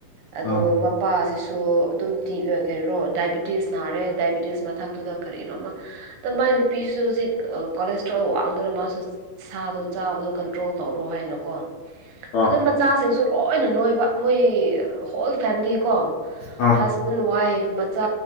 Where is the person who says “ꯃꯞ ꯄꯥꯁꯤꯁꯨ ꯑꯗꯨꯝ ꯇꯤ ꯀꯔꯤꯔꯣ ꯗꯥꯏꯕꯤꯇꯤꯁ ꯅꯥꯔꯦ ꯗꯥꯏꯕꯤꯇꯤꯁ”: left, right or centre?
Right